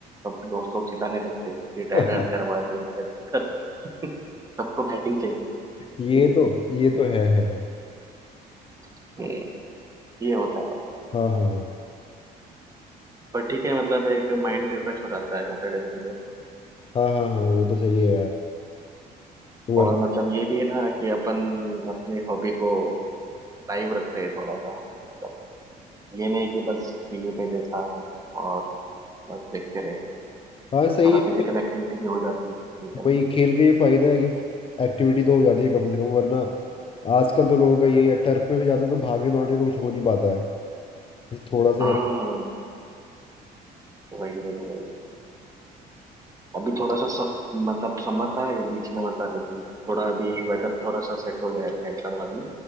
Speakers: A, on the right; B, on the left.
A: सब दोस्त लोग चिल्लाने लगते रिटायर्ड
B: <laughs>
A: हट करवा दे रिटायर्ड हट कर <laughs> सबको बैटिंग चाहिए
B: ये तो
A: <laughs>
B: ये तो है है है
A: हम्म, ये होता है मतलब
B: हाँ हाँ
A: पर ठीक है मतलब एक माइंड रिफ्रेश हो जाता है सैटरडे संडे
B: हाँ हाँ हाँ हाँ वो तो सही है यार वरना
A: और मतलब ये भी है ना कि अपन अपनी हॉबी को लाइव रखते हैं थोड़ा सा मतलब ये नहीं कि बस टीवी पे देखा और बस देखते रहे
B: हाँ सही
A: थोड़ा
B: है अरे,
A: फिजिकल एक्टिविटी भी हो जाती है ठीक है
B: वही खेल के ये फायदा है कि एक्टिविटी तो हो जाती है कम से कम वरना आजकल तो लोगों का यही है टर्फ पे भी जाते हैं तो भागने दौड़ने का तो कुछ हो नहीं पाता है बस थोड़ा सा
A: हाँ
B: ही
A: वही वही वही अभी थोड़ा सा सम, मतलब समर था ये बीच में मतलब अभी थोड़ा अभी वेदर थोड़ा सा सेट हो गया है अभी हैदराबाद में